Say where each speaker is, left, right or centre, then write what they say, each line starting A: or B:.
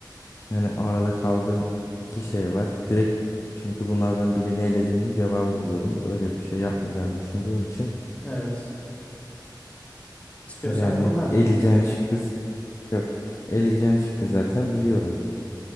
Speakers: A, on the left; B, on the left.
A: yani arada kaldığım iki şey var. Direkt çünkü bunlardan birini elediğinde cevabı buluyorum. Öyle bir şey yapmayacağını düşündüğüm için
B: Evet. İstiyorsan
A: yani
B: kullan
A: eleyeceğin
B: bilmiyoruz.
A: şıkkı Yok. Eleyeceğin şıkkı zaten biliyorum.